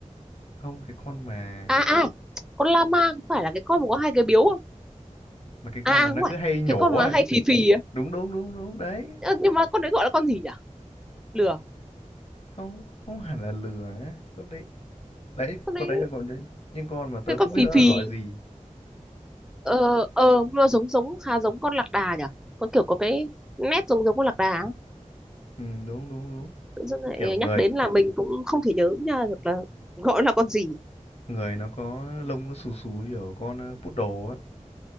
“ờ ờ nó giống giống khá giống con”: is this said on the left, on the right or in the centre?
Centre